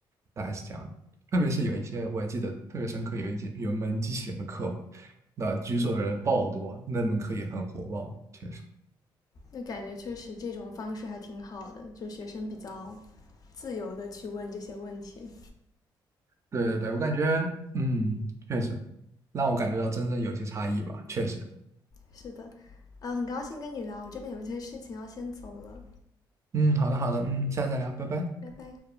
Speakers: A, on the right; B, on the left.
A: 大概是这样的。特别是有一些我还记得特别深刻，有一节有一门机器人的课嘛，那举手的人爆多，那门课也很火爆，确实。
B: 那感觉确实这种方式还挺好的，就学生比较自由的去问这些问题。
A: 对对对，我感觉，嗯，确实让我感觉到真正有一些差异吧，确实。
B: 是的，嗯，很高兴跟你聊，我这边有一些事情要先走了，
A: 嗯，好的好的，嗯，下次再聊，拜拜。
B: 拜拜。